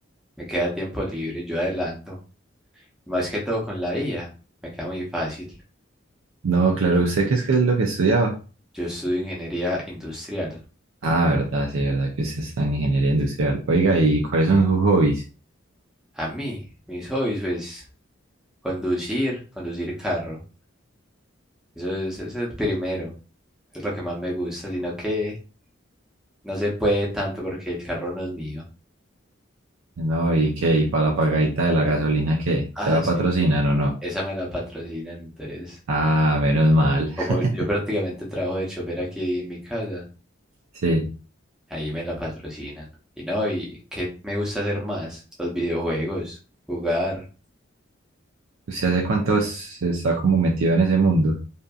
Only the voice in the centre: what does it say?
Me queda tiempo libre, yo adelanto. Más que todo con la IA, me queda muy fácil.
Yo estudio ingeniería industrial.
A mí, mis hobbies, pues, conducir, conducir carro. Eso es, es el primero. Es lo que más me gusta, sino que no se puede tanto porque el carro no es mío.
Ah,
sí,
esa me la patrocinan, entonces
Como
yo prácticamente trabajo de chofer aquí en mi casa,
ahí me la patrocinan. Y no, ¿y qué me gusta hacer más? Los videojuegos, jugar